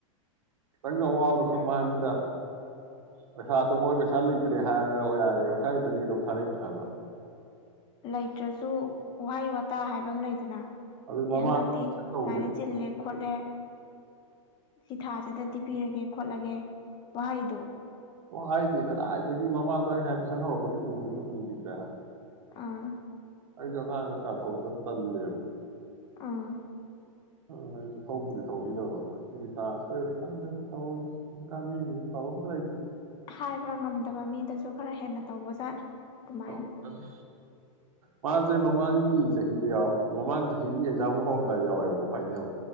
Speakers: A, on the right; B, on the left.
A: ꯈꯤꯇꯪꯁꯨ ꯑꯋꯥꯕꯗꯣ ꯈꯪꯕ ꯍꯥꯏꯕꯅꯤꯗ ꯄꯩꯁꯥꯗꯣ ꯍꯣꯏ ꯄꯩꯁꯥ ꯂꯩꯇ꯭ꯔꯦ ꯍꯥꯏꯔ ꯌꯥꯔꯦ ꯄꯩꯁꯥ ꯂꯩꯇꯗꯤ ꯀꯩꯗꯧ ꯊꯥꯔꯛꯏꯅꯣ ꯍꯥꯏꯕꯥ
B: ꯂꯩꯇ꯭ꯔꯁꯨ ꯋꯥꯍꯩ ꯋꯥꯇꯥ ꯍꯥꯏꯕ ꯑꯃ ꯂꯩꯗꯅꯥ
A: ꯑꯗꯨ
B: ꯑꯦ
A: ꯃꯃꯥꯗꯣ
B: ꯍꯟꯗꯛꯇꯤ
A: ꯇꯨꯏꯁꯟ ꯇꯧꯕꯗꯤ
B: ꯁꯨꯃꯥꯏꯅ ꯆꯤꯜꯂꯦ ꯈꯣꯠꯂꯦ ꯁꯤ ꯊꯥꯁꯤꯗꯗꯤ ꯄꯤꯔꯒꯦ ꯈꯣꯠꯂꯒꯦ ꯋꯥꯍꯩꯗꯣ
A: ꯑꯣ ꯍꯥꯏꯗꯤꯦ ꯀꯗꯥꯏꯗꯒꯤ ꯃꯃꯥꯗꯣ ꯑꯩ ꯍꯥꯏ ꯇꯨꯏꯁꯟ ꯍꯧꯔꯛꯄꯗꯒꯤ ꯎꯕꯗꯒꯤ ꯎꯈꯤꯗ꯭ꯔꯦ ꯍꯥꯏꯕ
B: ꯑꯥ
A: ꯑꯩꯁꯨꯦ ꯑꯉꯥꯡ ꯑꯁꯥ ꯊꯧꯕꯗ ꯇꯜꯂꯦꯕ
B: ꯑꯥ
A: ꯑꯗꯨꯅ ꯑꯩꯁꯨ ꯊꯧꯕꯨꯗꯤ ꯊꯧꯕꯤꯗꯕ ꯑꯗꯨꯗꯤ ꯇꯥꯥꯁꯇꯣꯏꯔ ꯈꯪꯗꯦꯗꯥ ꯇꯧꯔꯤꯁꯤꯍꯧꯖꯤꯛ ꯀꯥꯃꯤꯁꯤꯗꯤ ꯐꯕ ꯑꯝꯇ ꯂꯩꯇ꯭ꯔꯦ
B: ꯍꯥꯏꯕ ꯉꯝꯗꯕ ꯃꯤꯗꯁꯨ ꯁꯨ ꯈꯔ ꯍꯦꯟꯅ ꯇꯧꯕꯖꯥꯠꯅꯤ ꯑꯗꯨꯃꯥꯏꯅꯥ
A: ꯇꯧꯕꯖꯥꯠꯅꯤ ꯃꯥꯁꯦ ꯃꯃꯥꯡꯒꯤ ꯆꯍꯤꯗ ꯌꯥꯎꯔ ꯃꯃꯥꯡ ꯆꯍꯤꯒꯤ ꯑꯦꯛꯖꯥꯝ ꯂꯧ ꯍꯧꯔꯝꯗꯥꯏ ꯌꯥꯎꯋꯦꯕꯀꯣ ꯐꯥꯏꯅꯦꯜ